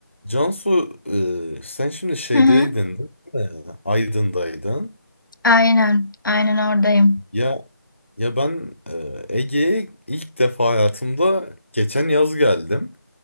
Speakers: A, on the left; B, on the left.
A: Cansu, e, sen şimdi şeydeydin,
B: Hı hı.
A: değil mi? Aydın'daydın.
B: Aynen. Aynen oradayım.
A: Ya ya ben e, Ege'ye ilk defa hayatımda geçen yaz geldim.